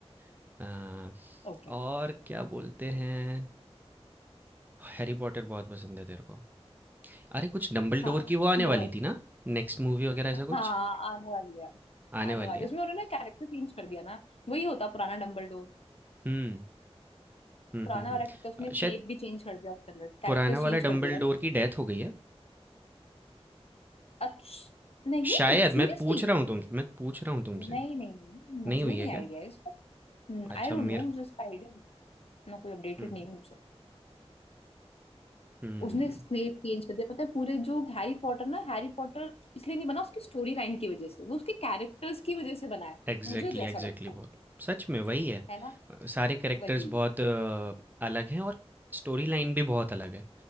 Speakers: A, on the right (about 15°); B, on the left (about 65°).
A: हैं। आ,
B: ओके
A: और क्या बोलते हैं हैरी पॉटर बहुत पसंद है तेरे को अरे कुछ डंबलडोर
B: हाँ
A: की वो आने
B: बहुत
A: वाली थी ना नेक्स्ट मूवी वगैरह ऐसा कुछ
B: हाँ आने वाली है
A: आने
B: आने
A: वाली
B: वाली
A: है
B: है। उसमें उन्होंने कैरेक्टर चेंज कर दिया ना वही होता पुराना डम्बलडोर
A: हम्म हम्म
B: पुराना
A: हम्म हम्म।
B: वाला ठीक था उसने
A: अ,
B: स्नेप
A: शायद
B: भी चेंज कर दिया उसके अंदर कैरेक्टर
A: पुराना
B: चेंज
A: वाला डंबलडोर
B: कर दिया
A: की डेथ हो गई है
B: अच्छा नहीं
A: शायद
B: सीरियसली
A: मैं पूछ रहा हूँ तुम मैं पूछ रहा हूँ तुमसे
B: नहीं नहीं नहीं मुझे
A: नहीं हुई
B: नहीं
A: है क्या
B: आइडिया है इसका
A: अच्छा
B: आई डोंट
A: मेरे
B: नो मुझे इसका आइडिया नहीं ना कोई अपडेटेड
A: हम्म
B: नहीं है मुझे
A: हम्म
B: उसने स्नेप चेंज कर दिया पता है पूरे जो हैरी पॉटर ना हैरी पॉटर इसलिए नहीं बना उसकी स्टोरी लाइन की वजह से वो उसके कैरेक्टर्स की वजह से बना है
A: एग्जैक्टली
B: मुझे जो ऐसा
A: एग्जैक्टली
B: लगता
A: बहुत
B: है
A: सच में वही है
B: है ना
A: अ, सारे कैरेक्टर्स
B: वही
A: बहुत अ, अलग हैं और स्टोरी लाइन भी बहुत अलग है